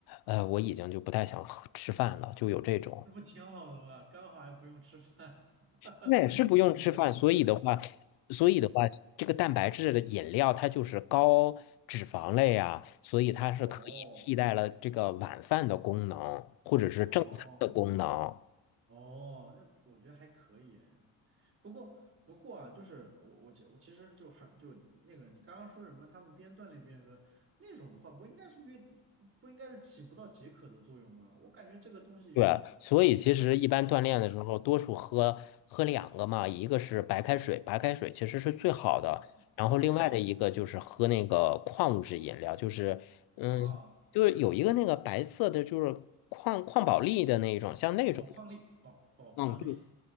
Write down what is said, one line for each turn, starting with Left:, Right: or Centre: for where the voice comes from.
Left: 呃，我已经就不太想喝吃饭了，就有这种。
Right: 这不挺好的吗？刚好还不用吃饭，<laughs> 哈哈，
Left: 那也是不用吃饭，
Right: 不是点的
Left: 所以的话，所以的话，这个蛋白质的饮料它就是高脂肪类啊，所以它是可以替代了这个晚饭的功能，
Right: 哦
Left: 或者是正餐的功能。
Right: 哦。哦，那我觉得还可以诶。不过不过啊，就是我我其我其实就还就那个你刚刚说什么，他们边锻炼边喝那种的话，不应该是越不应该是起不到解渴的作用吗？我感觉这个东西
Left: 对，所以其实一般锻炼的时候，
Right: 它
Left: 多数喝喝两个嘛，一个是白开水，白开水其实是最好的，
Right: 啊
Left: 然后另外的一个就是喝那个矿物质饮料，
Right: 哎
Left: 就是嗯，
Right: 啊
Left: 就是有一个那个白色的，就是矿矿宝力的那一种，像那种。
Right: 啊宝矿力宝宝矿力，
Left: 嗯，对。